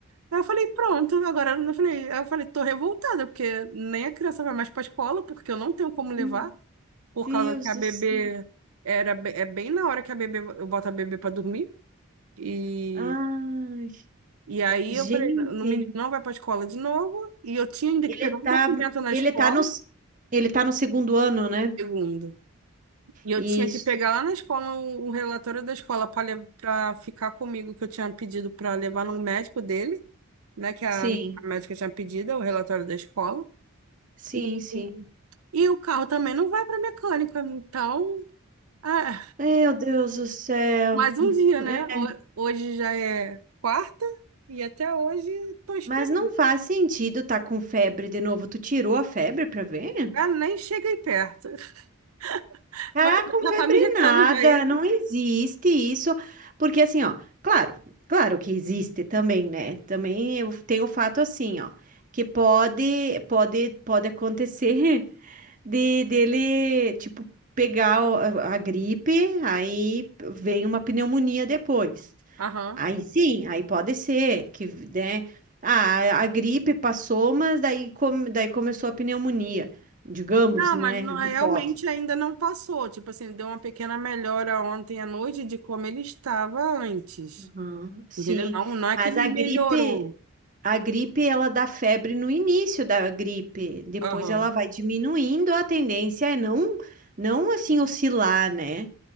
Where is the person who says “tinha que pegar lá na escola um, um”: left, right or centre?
Right